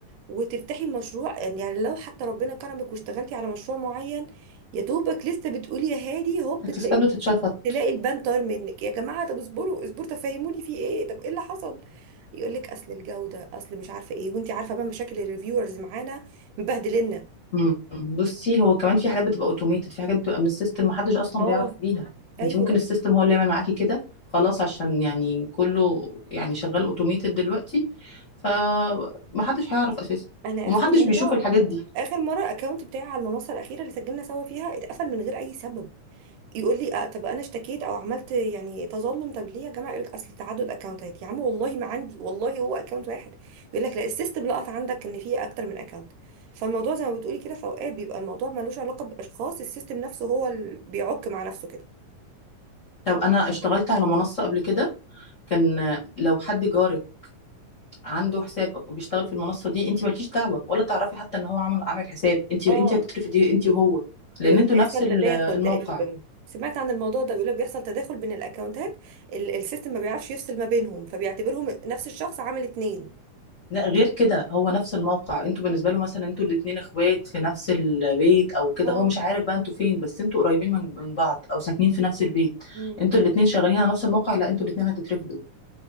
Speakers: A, on the right; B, on the left.
A: وتفتحي مشروع يعني يعني لو حتى ربنا كرمك واشتغلتي على مشروع معين يا دوبك لسه بتقولي يا هادي هوب
B: التسكات
A: بتلاقي
B: بتتشفط
A: تلاقي البان طار منك يا جماعه طب اصبروا اصبروا تفهموني في ايه طب ايه اللي حصل يقول لك اصل الجوده اصل مش عارفه ايه وانت عارفه بقى مشاكل الريفيورز معانا مبهدلنا
B: مم. بصي هو كمان في حاجات بتبقى اوتوميتد في حاجات بتبقى من السيستم محدش اصلا
A: اه
B: بيعرف بيها
A: ايوه
B: انت ممكن السيستم هو اللي يعمل معاكي كده خلاص عشان يعني كله يعني شغال اوتوميتد دلوقتي فمحدش هيعرف اساسا
A: انا
B: ومحدش
A: اخر مره
B: بيشوف الحاجات دي
A: اخر مره الاكونت بتاعي على المنصه الاخيره اللي سجلنا سوا فيها اتقفل من غير اي سبب يقول لي آه طب انا اشتكيت او عملت يعني تظلم طب ليه يا جماعه يقول لك اصل تعدد اكونتات يا عم والله ما عندي والله هو اكونت واحد يقول لك لا السيستم لقط عندك ان في اكتر من اكونت فالموضوع زي ما بتقولي كده في اوقات بيبقى الموضوع ملوش علاقه باشخاص السيستم نفسه هو اللي بيعك مع نفسه كده
B: طب انا اشتغلت على منصة قبل كده كان لو حد جارك عنده حساب او بيشتغل في المنصة دي انت مالكيش دعوة ولا تعرفي حتى ان هو عامل عامل حساب انت انت
A: اه
B: هتترفدي انت وهو
A: بيقولوا
B: لان انتوا
A: بيحصل
B: نفس ال-
A: تداخل
B: الموقع
A: تقريبا سمعت عن الموضوع ده بيقولوا بيحصل تداخل بين الاكونتات ال- السيستم ما بيعرفش يفصل ما بينهم فبيعتبرهم نفس الشخص عامل اتنين
B: لا غير كده هو نفس الموقع انتوا بالنسبه له مثلا انتوا الاتنين اخوات في نفس البيت او كده
A: اه
B: هو مش عارف بقى انتوا فين بس انتوا قريبين من من بعض او ساكنين في نفس البيت
A: مم.
B: انتوا الاتنين شغالين على نفس الموقع لا انتوا الاتنين هتترفدوا